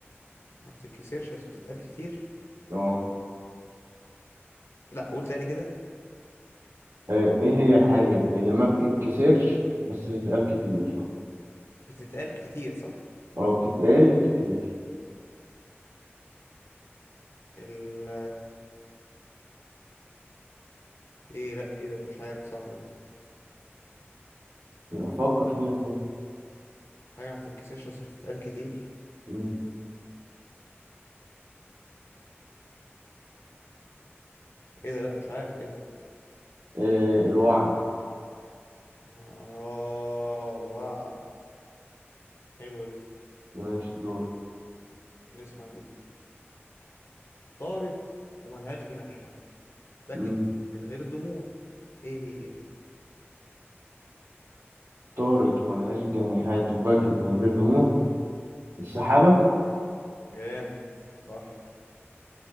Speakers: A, on the left; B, on the right.
A: ما بتتكسرش بس بتتقال كتير
B: اه
A: لا قول تاني كده
B: آه، ايه هي الحاجة اللي ما بتتكسرش بس بتتقال كتير
A: بتتقال كتير صح
B: اه بتتقال كتير
A: ال ايه لا ايه ده مش عارف صعبة دي
B: افكر فيها كده
A: حاجة ما بتتكسرش بس بتتقال كتير
B: مم.
A: ايه ده لا مش عارف ايه ده
B: إيه الوعي
A: اه الوعد حلوة دي
B: ماشي دور
A: نسمع دي طارت وملهاش جناحات بكت
B: مم.
A: من غير دموع ايه هي
B: طارت وملهاش جناحات وبكت من غير دموع السحابة
A: جامد صح